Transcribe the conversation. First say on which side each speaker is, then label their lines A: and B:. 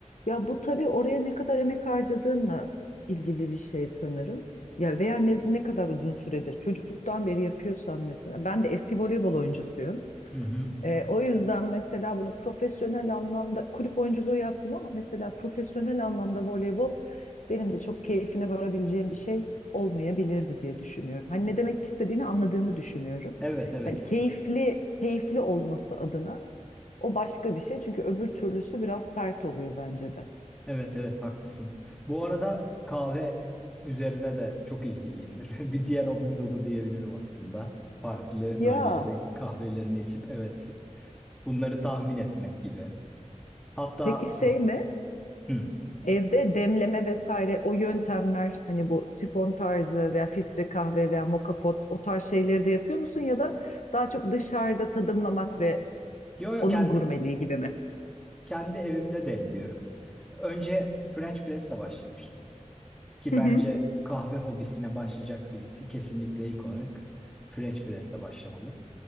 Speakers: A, on the left; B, in the centre.
A: ya bu tabii oraya ne kadar emek harcadığınla ilgili bir şey sanırım. Ya veya ne, ne kadar uzun süredir çocukluktan beri yapıyorsan mesela. Ben de eski voleybol oyuncusuyum.
B: Hı hı.
A: Ee, o yüzden mesela bunu profesyonel anlamda kulüp oyunculuğu yaptım ama mesela profesyonel anlamda voleybol benim de çok keyfine varabileceğim bir şey olmayabilirdi diye düşünüyorum. Hani ne demek istediğini anladığımı düşünüyorum.
B: Evet, evet.
A: Hani keyifli keyifli olması adına o başka bir şey çünkü öbür türlüsü biraz sert oluyor bence de.
B: Evet, evet, haklısın. Bu arada kahve üzerine de çok ilgiliyimdir. <laughs> Bir diğer hobim de bu diyebilirim aslında. Farklı
A: Ya
B: bölgelerin kahvelerini içip evet bunları tahmin etmek gibi. Hatta
A: peki şey
B: ah,
A: mi?
B: hı.
A: Evde demleme vesaire o yöntemler hani bu sifon tarzı veya filtre kahve veya moka pot o tarz şeyleri de yapıyor musun ya da daha çok dışarıda tadımlamak ve
B: Yo yo
A: onun
B: kendim
A: gurmeliği gibi mi?
B: kendi evimde demliyorum. Önce French press'le başlamıştım. Ki
A: Hı
B: bence
A: hı.
B: kahve hobisine başlayacak birisi kesinlikle ilk olarak French press'le başlamalı.